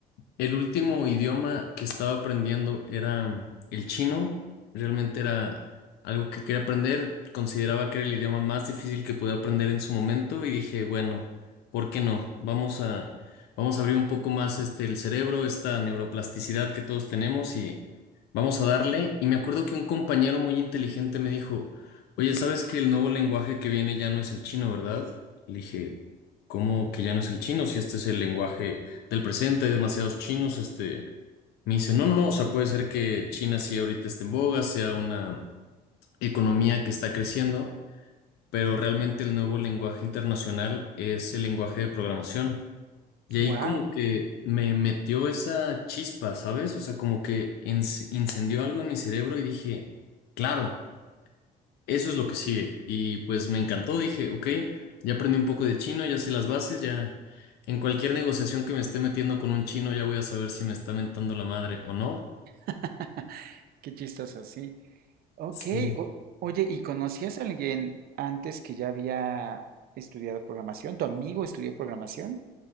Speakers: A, on the left; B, on the right.
A: el último idioma que estaba aprendiendo era el chino. Realmente era algo que quería aprender. Consideraba que era el idioma más difícil que podía aprender en su momento y dije, bueno, ¿por qué no? Vamos a, vamos a abrir un poco más este, el cerebro, esta neuroplasticidad que todos tenemos y vamos a darle. Y me acuerdo que un compañero muy inteligente me dijo, oye, ¿sabes que el nuevo lenguaje que viene ya no es el chino, ¿verdad? Le dije, ¿cómo que ya no es el chino si este es el lenguaje? del presente, hay demasiados chinos, este, me dice, no, no, no, o sea, puede ser que China sí ahorita esté en boga, sea una economía que está creciendo, pero realmente el nuevo lenguaje internacional es el lenguaje de programación. Y ahí
B: ¡Wow!
A: como que me metió esa chispa, ¿sabes? O sea, como que ens- incendió algo en mi cerebro y dije, claro. Eso es lo que sigue. Y pues me encantó, dije, ok, ya aprendí un poco de chino, ya sé las bases, ya en cualquier negociación que me esté metiendo con un chino ya voy a saber si me está mentando la madre o no.
B: <laughs> Qué chistoso, sí. Ok,
A: Sí.
B: o- oye, ¿y conocías a alguien antes que ya había estudiado programación? ¿Tu amigo estudió programación?